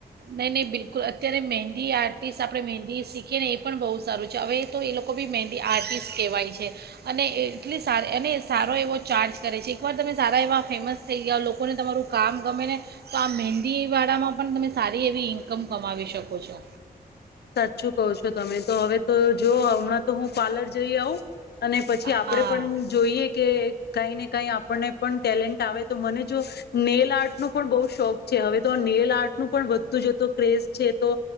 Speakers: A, on the right; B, on the left.
A: નહીં નહીં બિલકુલ અત્યારે મહેંદી આર્ટિસ્ટ આપણે મહેંદી શીખીએ ને એ પણ બહુ સારું છે હવે તો એ લોકો બી મહેંદી આર્ટિસ્ટ કહેવાય છે અને એટલી સારી અને સારો એવો ચાર્જ કરે છે એકવાર તમે સારા એવા ફેમસ થઈ ગયાઓ લોકોને તમારું કામ ગમે ને તો આ મહેંદીવાળામાં પણ તમે સારી એવી ઇન્કમ કમાવી શકો છો
B: સાચું કહો છો તમે તો હવે તો જો હમણાં તો હું પાર્લર જઈ આવું અને પછી આપડે
A: હા
B: પણ જોઈએ કે કાંઈ ને કાંઈ આપણને પણ ટેલેન્ટ આવે તો મને જો નેલ આર્ટ ન પણ બહુ શોખ છે હવે તો નેલ આર્ટનું પણ વધતું જતું ક્રેઝ છે તો